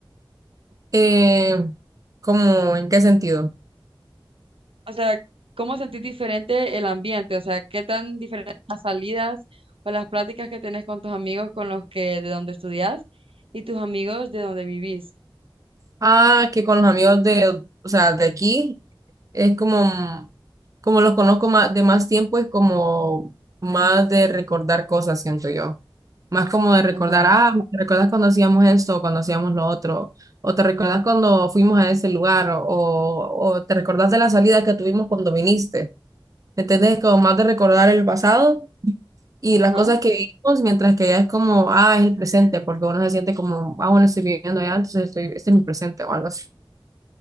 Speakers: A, on the right; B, on the right.
A: eh, ¿cómo en qué sentido?
B: O sea, ¿cómo sentís diferente el ambiente? O sea, ¿qué tan diferentes las salidas o las pláticas que tenés con tus amigos con los que de donde estudias y tus amigos de donde vivís?
A: Ah, que con los amigos de, o sea, de aquí. Es como, como los conozco más, de más tiempo, es como más de recordar cosas, siento yo. Más como de recordar,
B: Ajá,
A: ah, ¿te recuerdas cuando hacíamos esto, cuando hacíamos lo otro? O te recuerdas cuando fuimos a ese lugar, o, o te recuerdas de la salida que tuvimos cuando viniste. ¿Entendés? Como más de recordar el pasado y
B: ajá.
A: las cosas que vivimos, mientras que ya es como, ah, es el presente, porque uno se siente como, ah, bueno, estoy viviendo allá, entonces estoy, este es mi presente o algo así.